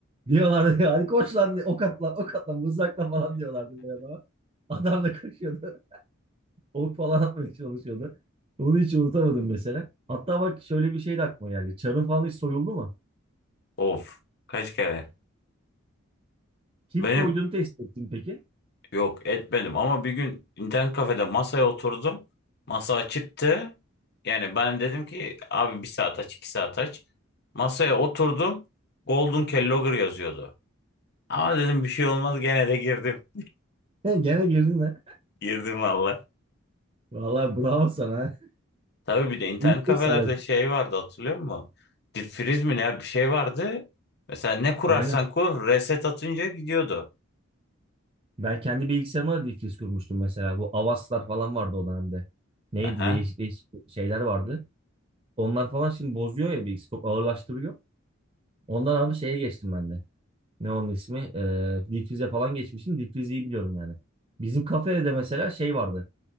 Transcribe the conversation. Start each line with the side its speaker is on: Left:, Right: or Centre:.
Right: Diyorlardı yani koş lan ok at lan ok at lan mızrakla falan diyorlardı böyle adama. Adam da koşuyordu ok falan atmaya çalışıyordu. Onu hiç unutamadım mesela. Hatta bak şöyle bir şey de aklıma geldi. Çarın falan hiç soyuldu mu?
Left: Of. Kaç kere?
Right: Kim
Left: Benim
Right: soyduğunu test ettin peki?
Left: Yok etmedim ama bir gün internet kafede masaya oturdum. Masa açıktı. Yani ben dedim ki abi bir saat aç iki saat aç. Masaya oturdum. Golden Kellogger yazıyordu. Ama dedim bir şey olmaz gene de girdim.
Right: <laughs> Gene girdin ha.
Left: <laughs> Girdim valla.
Right: Vallahi bravo sana. ha.
Left: Tabii bir de internet
Right: <laughs> Büyük cesaret.
Left: kafelerde şey vardı hatırlıyor musun? Dipfriz mi ne bir şey vardı. Mesela ne kurarsan
Right: Aynen.
Left: kur reset atınca gidiyordu.
Right: Ben kendi bilgisayarıma da difriz kurmuştum mesela. Bu Avaslar falan vardı o dönemde. Neydi
Left: Aha,
Right: değişik değişik şeyler vardı. Onlar falan şimdi bozuyor ya bilgisayarı. Çok ağırlaştırıyor. Ondan abi şeye geçtim ben de. Ne onun ismi? Ee, difrize falan geçmişim. Difrizi iyi biliyorum yani. Bizim kafede de mesela şey vardı.